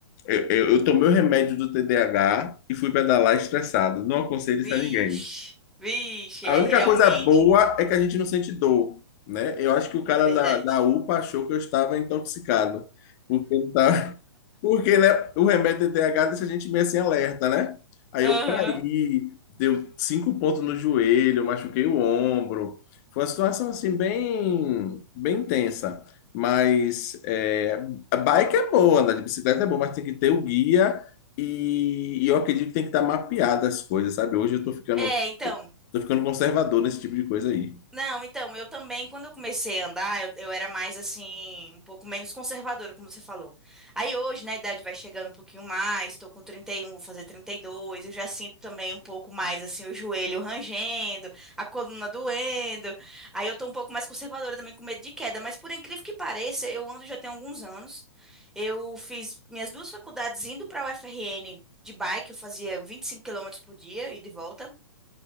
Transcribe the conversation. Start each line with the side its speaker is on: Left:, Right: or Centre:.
Left: Eu, eu, eu tomei o remédio do TDAH e fui pedalar estressado. Não aconselho
Centre: Vixe,
Left: isso a ninguém.
Centre: vixe,
Left: A
Centre: é
Left: única
Centre: realmente,
Left: coisa boa é que a gente não sente dor, né? Eu acho que o cara
Centre: é verdade.
Left: da, da UPA achou que eu estava intoxicado, porque ele estava porque, né, o remédio TDAH deixa a gente meio assim alerta, né? Aí
Centre: Aham.
Left: eu caí, deu cinco pontos no joelho, eu machuquei o ombro. Foi uma situação assim bem, bem tensa. Mas é, a bike é boa, andar de bicicleta é boa, mas tem que ter o guia e, e eu acredito que tem que estar mapeada as coisas, sabe? Hoje eu tô ficando,
Centre: É, então.
Left: tô ficando conservador nesse tipo de coisa aí.
Centre: Não, então, eu também, quando eu comecei a andar, eu, eu era mais assim, um pouco menos conservadora, como você falou. Aí hoje, né, a idade vai chegando um pouquinho mais, tô com 31, vou fazer 32. eu já sinto também um pouco mais assim o joelho rangendo, a coluna doendo. Aí eu tô um pouco mais conservadora também com medo de queda, mas por incrível que pareça, eu ando já tem alguns anos. Eu fiz minhas duas faculdades indo para a UFRN de bike, eu fazia 25 quilômetros por dia e de volta.